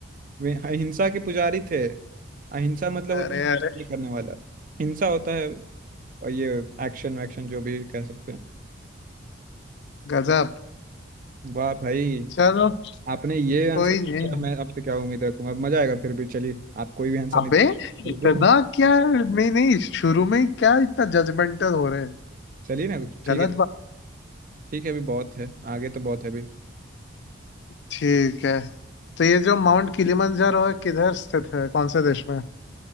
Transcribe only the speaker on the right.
वे अहिंसा के पुजारी थे अहिंसा मतलब
होता है हिंसा
नहीं करने वाला हिंसा होता है और ये एक्शन वैक्शन जो भी कह सकते हैं
वाह भाई
आपने ये आंसर
दिया
मैं आपसे क्या उम्मीद रखूंगा अब मजा आएगा फिर भी चलिए आप कोई भी आंसर
नहीं चलिए
चलिए ना कुछ ठीक
है
ठीक है अभी बहुत है आगे तो बहुत है अभी